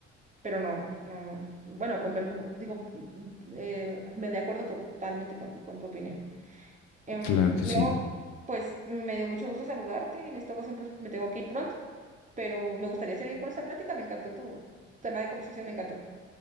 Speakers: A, on the right; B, on the left.
A: pero no, no, bueno, conver- digo, eh, me de acuerdo totalmente con, con tu opinión. Em,
B: claro que
A: Leo,
B: sí.
A: pues me dio mucho gusto saludarte. En esta ocasión pues me tengo que ir pronto, pero me gustaría seguir con esta plática. Me encantó tu, tu tema de conversación, me encantó.